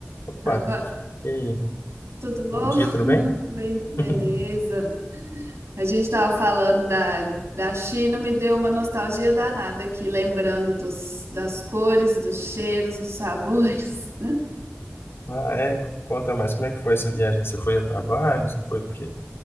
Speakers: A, on the left (about 65°); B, on the right (about 85°).
A: Opa,
B: Agora,
A: e aí?
B: tudo bom?
A: Bom dia,
B: <laughs>
A: tudo bem?
B: Bem, beleza.
A: <laughs>
B: A gente estava falando da, da China, me deu uma nostalgia danada aqui, lembrando dos, das cores, dos cheiros, dos sabores.
A: Ah, é, conta mais, como é que foi essa viagem? Você foi a trabalho? Você foi porque